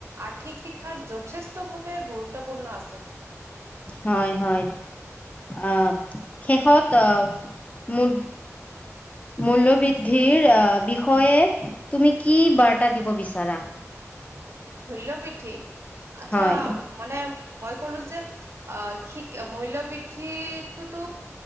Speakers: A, on the right; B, on the left.
A: আৰ্থিক শিক্ষাত যথেষ্ট ভাৱে গুৰুত্বপূৰ্ণ আছে।
B: হয়, হয়, অ', শেষত অ', মূল্যবৃদ্ধিৰ আহ বিষয়ে তুমি কি বাৰ্তা দিব বিচাৰা?
A: মূল্যবৃদ্ধি। আচ্ছা
B: হয়,
A: মানে মই কলো যে অ', সি মূল্য বৃদ্ধিটোতো